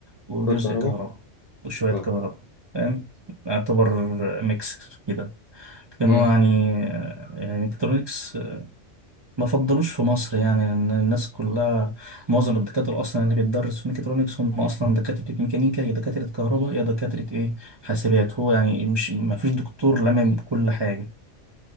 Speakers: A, on the right; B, on the left.
A: وجزء
B: شوية كهرباء
A: كهرباء وشوية
B: اه
A: كهرباء فاهم يعتبر ميكس كده كان
B: امم
A: هو يعني يعني ميكاترونكس ما فضلوش في مصر يعني لأن الناس كلها معظم الدكاترة أصلا اللي بيتدرس في ميكاترونكس هم أصلا دكاترة ميكانيكا يا دكاترة كهرباء يا دكاترة إيه حاسبات هو يعني مش ما فيش دكتور لمم كل حاجة